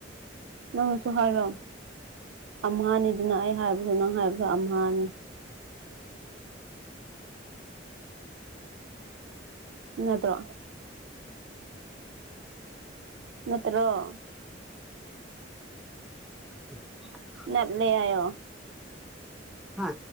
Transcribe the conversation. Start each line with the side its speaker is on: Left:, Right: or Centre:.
Right: ꯅꯪꯅꯁꯨ ꯍꯥꯏꯔꯣ ꯑꯝꯍꯅꯤꯗꯅ ꯑꯩ ꯍꯥꯏꯕꯁꯨ ꯅꯪ ꯍꯥꯏꯕꯁꯨ ꯑꯝꯍꯥꯅꯤ ꯅꯠꯇ꯭ꯔꯣ ꯅꯠꯇ꯭ꯔꯣ
Centre: ꯎ <unintelligible> <inaudible>
Right: ꯅꯠꯂꯦ ꯍꯥꯏꯌꯣ
Centre: ꯍꯥ